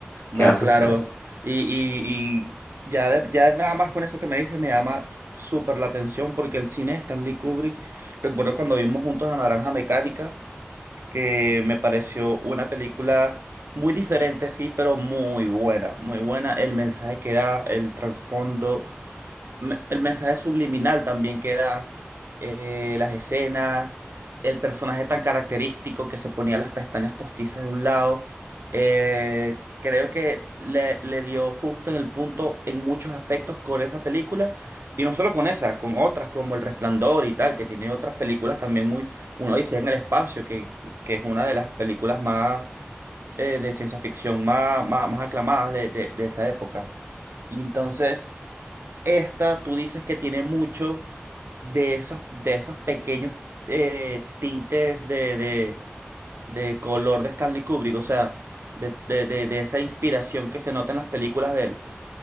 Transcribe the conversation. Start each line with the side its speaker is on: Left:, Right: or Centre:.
Right: No,
Left: ¿Qué va a suceder?
Right: claro. Y, y, y ya, de- ya nada más con eso que me dice me llama súper la atención porque el cine de Stanley Kubrick, recuerdo cuando vimos juntos La Naranja Mecánica, que me pareció una película muy diferente, sí, pero muy buena, muy buena. El mensaje que da, el trasfondo me- el mensaje subliminal también que da, eh, las escenas, el personaje tan característico que se ponía las pestañas postizas de un lado. eh, creo que le, le dio justo en el punto en muchos aspectos con esa película. Y no solo con esa, con otras como El Resplandor y tal, que tiene otras películas también muy, uno dice en el espacio, que, que es una de las películas más eh, de ciencia ficción más, más, más aclamadas de, de de esa época. Y entonces, esta, tú dices que tiene mucho de esos, de esos pequeños eh, tintes de, de, de color de Stanley Kubrick, o sea, de, de, de, de esa inspiración que se nota en las películas de él.